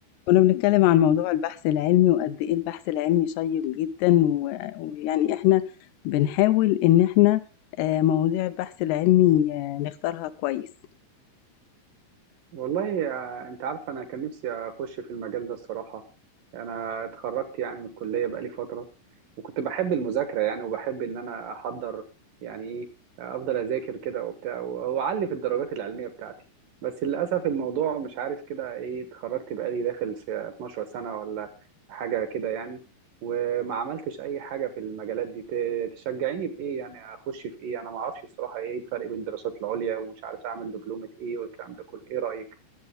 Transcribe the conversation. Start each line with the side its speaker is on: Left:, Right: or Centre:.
Left: كنا بنتكلم عن موضوع البحث العلمي، وقد إيه البحث العلمي شيّق جدًا، و ويعني إحنا بنحاول إن إحنا آآ، مواضيع البحث العلمي آه، نختارها كويس،
Right: والله آه، انت عارف انا كان نفسي اخش في المجال ده الصراحه انا اتخرجت يعني من الكليه بقالي فتره وكنت بحب المذاكره يعني وبحب ان انا احضر يعني ايه آه، افضل اذاكر كده وبتاع و- واعلي في الدرجات العلميه بتاعتي بس للاسف الموضوع مش عارف كده ايه اتخرجت بقالي داخل في 12 سنه ولا حاجه كده يعني وما عملتش اي حاجه في المجالات دي ت- تشجعيني بايه يعني اخش في ايه انا ما اعرفش الصراحه ايه الفرق بين الدراسات العليا ومش عارف اعمل دبلومه ايه والكلام ده كله ايه رايك